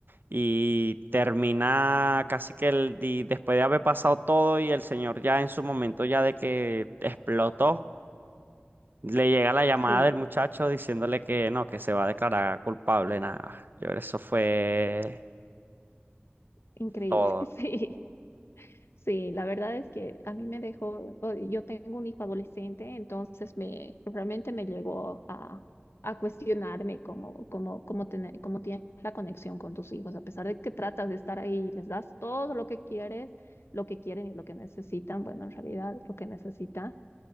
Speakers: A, on the right; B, on the left.
A: y termina casi que el di- después de haber pasado todo y el señor ya en su momento ya de que explotó. Le llega la llamada
B: sí,
A: del muchacho diciéndole que no, que se va a declarar culpable, nada. Yo, creo que eso fue
B: increíble,
A: todo.
B: <laughs> sí. Sí, la verdad es que a mí me dejó, o- yo tengo un hijo adolescente, entonces me realmente me llegó a, a cuestionarme cómo, cómo, cómo, tener, cómo tienes la conexión con tus hijos, a pesar de que tratas de estar ahí y les das todo lo que quieres, lo que quieren y lo que necesitan, bueno, en realidad lo que necesitan